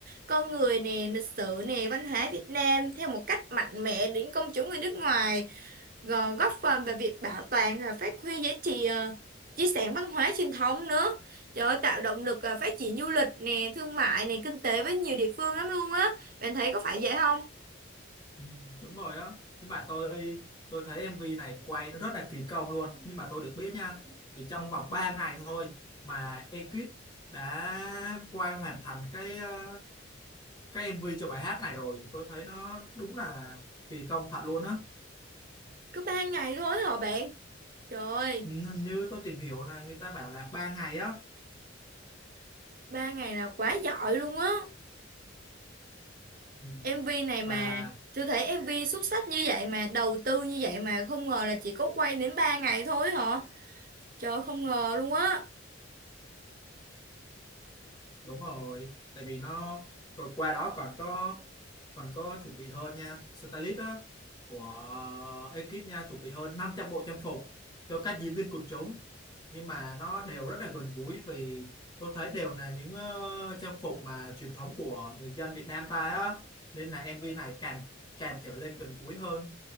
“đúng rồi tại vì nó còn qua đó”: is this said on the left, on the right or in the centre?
Left